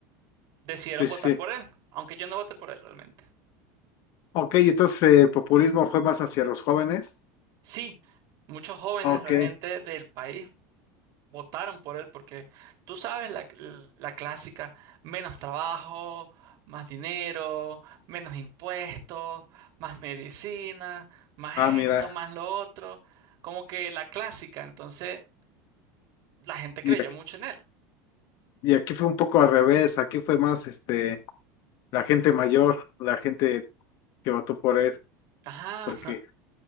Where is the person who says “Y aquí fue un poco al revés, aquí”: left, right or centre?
Left